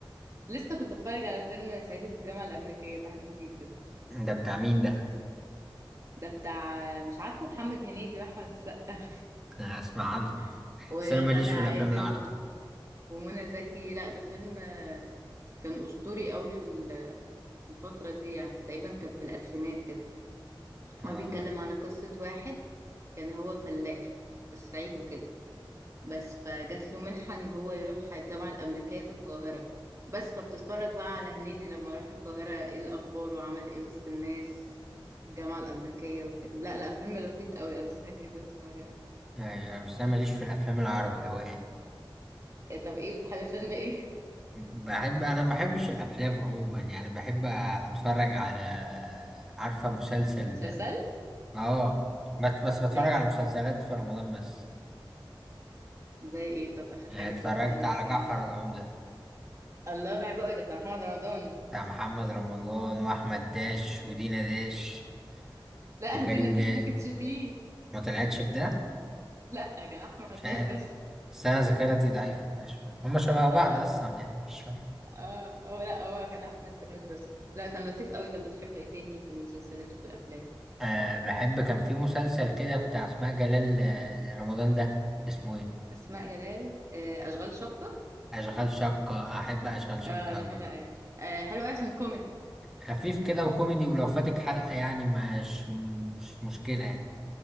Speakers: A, on the right; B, in the centre.
A: لسه كنت بتفرج على فيلم صعيدي في الجامعة الأمريكية بحبه جدا
B: ده بتاع مين ده؟
A: ده بتاع مش عارفه محمد هنيدي وأحمد السقا
B: أنا هسمع عنه
A: <laughs> وغادة
B: بس أنا ماليش في
A: عادل
B: الأفلام العربي
A: ومنى زكي لا ده فيلم آه، كان أسطوري قوي في ال- في الفترة دي يعني تقريبا كان في الألفينات كده
B: آه
A: هو بيتكلم على قصة واحد كان هو فلاح في الصعيد وكده بس فجات له منحة ان هو يروح الجامعة الأمريكية في القاهرة بس فبتتفرج بقى على هنيدي لما راح القاهرة ايه الأخبار وعمل ايه وسط الناس في الجامعة الأمريكية وكده لا لا فيلم لطيف قوي أنصحك جدا تتفرج عليه
B: أيوة بس أنا ماليش في الأفلام العربي أوي يعني
A: إيه طب ايه بتحب فيلم ايه؟
B: بحب أنا ما بحبش الأفلام عموما يعني بحب أتفرج على عارفة مسلسل
A: <laughs> مسلسل؟
B: آه بت- بس بتفرج
A: زي ايه؟
B: على مسلسلات في رمضان بس
A: زي ايه طب آخر
B: يعني
A: حاجة
B: اتفرجت
A: اتفرجت عليها
B: على
A: كانت
B: جعفر
A: ايه؟
B: العمدة
A: الله بحبه قوي ده بتاع محمد رمضان
B: بتاع محمد رمضان وأحمد داش ودينا داش
A: لا
B: وكريم
A: دينا داش
B: داش
A: ما كانتش فيه
B: ما طلعتش في ده؟
A: لا كان أحمد
B: مش عارف
A: داش بس
B: بس أنا ذاكرتي ضعيفة مش فاهم هما شبه
A: لا
B: بعض أصلا يعني مش فاهم
A: اه هو لا هو كان احمد داش بس لا كان لطيف قوي طب بتحب ايه تاني في المسلسلات وفي الافلام
B: أه بحب كان في مسلسل كده بتاع اسماء جلال آه، رمضان ده اسمه ايه
A: اسماء جلال آه، اشغال شقه
B: اشغال شقة احب اشغال شقة
A: اه
B: اوي
A: ده حلو
B: برضه
A: قوي آه حلو قوي عشان كوميدي
B: خفيف كده وكوميدي ولو فاتك حلقة يعني مش مش مشكلة يعني